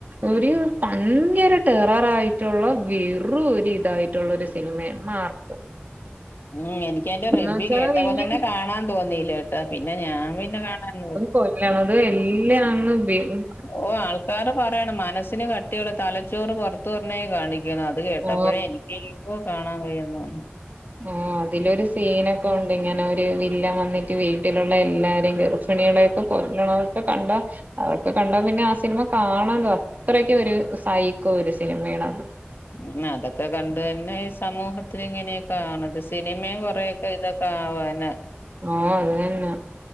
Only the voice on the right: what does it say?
ഒര് ഭയങ്കര ടെററായിട്ടുള്ള വെറു ഒരു ഇതായി ട്ടുള്ളൊരു സിനിമയാണ് മാർക്കോ.
എന്ന്
വെച്ചാൽ
ഈ
കൊല്ലണത് എല്ലാംങ്ങ് ബി ഉം
ഓ
ആഹ് അതിലൊരു സീനൊ ക്കൊ ഒണ്ട് ഇങ്ങനെ ഒരു വില്ലൻവന്നിട്ട് വീട്ടിലുള്ള എല്ലാരേം ഗർഭിണിയെളെയൊക്കെ കൊല്ലണതൊക്കെ കണ്ടാ അതൊക്ക കണ്ട പിന്നെ ആ സിനിമ കാണാന്ന് അത്രക്കൊര് സൈക്കോ ഒരു സിനിമയാണത്.
ഓഹ് അത് തന്നാ.